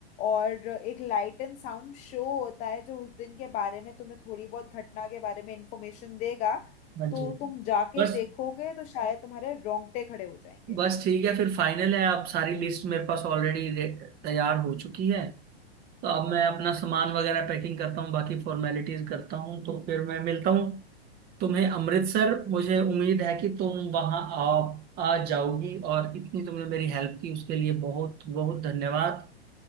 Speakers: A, on the left; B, on the right.
A: और एक लाइट एंड साउंड शो होता है जो उस दिन के बारे में तुम्हें थोड़ी बहुत घटना के बारे में इंफॉर्मेशन देगा
B: हाँ
A: तो
B: जी
A: तुम जाके
B: बस
A: देखोगे तो शायद तुम्हारे रोंगटे खड़े हो जाएंगे
B: बस ठीक है फिर फाइनल है अब सारी लिस्ट मेरे पास ऑलरेडी तैयार हो चुकी है तो अब मैं अपना सामान वगैरह पैकिंग करता हूँ बाकी फॉर्मेलिटीज करता हूँ तो फिर मैं मिलता हूँ तुम्हें अमृतसर मुझे उम्मीद है कि तुम वहाँ आ आ जाओगी और इतनी तुमने मेरी हेल्प की उसके लिए बहुत बहुत धन्यवाद